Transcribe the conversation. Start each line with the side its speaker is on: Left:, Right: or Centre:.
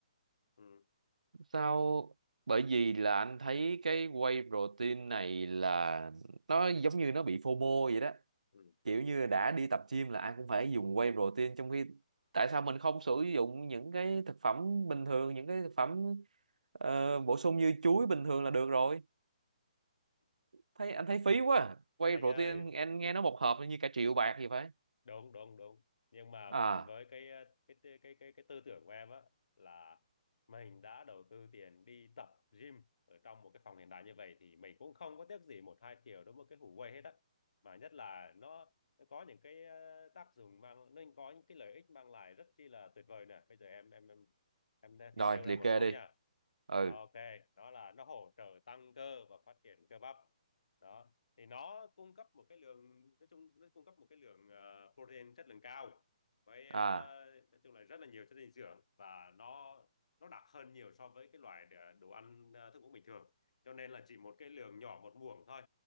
Left: ừ,
Right: sao bởi vì là anh thấy cái whey protein này là nó giống như nó bị phô FOMO vậy đó
Left: ừ.
Right: kiểu như đã đi tập gym là ai cũng phải dùng whey protein trong khi tại sao mình không sử dụng những cái thực phẩm bình thường những cái thực phẩm ờ, bổ sung như chuối bình thường là được rồi thấy anh thấy phí quá à. whey
Left: anh
Right: protein
Left: ơi
Right: anh nghe nó một hộp như cả triệu bạc gì phải
Left: đúng đúng đúng nhưng mà
Right: à
Left: với cái ờ, cái cái cái cái, cái tư tưởng của em á là mình đã đầu tư tiền đi tập gym ở trong một cái phòng hiện đại như vậy thì mình cũng không có tiếc gì một hai triệu đối với cái Hủ Quay hết á mà nhất là nó nó có những cái ờ, tác dụng mang nó có những cái lợi ích mang lại rất chi là tuyệt vời nè bây giờ em em em em
Right: rồi
Left: thì nêu
Right: liệt
Left: ra một
Right: kê
Left: số
Right: đi
Left: nha
Right: ừ
Left: ok đó là nó hỗ trợ tăng cơ và phát triển cơ bắp đó thì nó cung cấp một cái lượng nói chung nó cung cấp một cái lượng ờ, protein chất lượng cao với
Right: à
Left: ờ, nói chung là rất là nhiều chất dinh dưỡng và nó nó đặc hơn nhiều so với cái loại đ- đồ ăn ờ, thức uống bình thường cho nên là chỉ một cái lượng nhỏ một muỗng thôi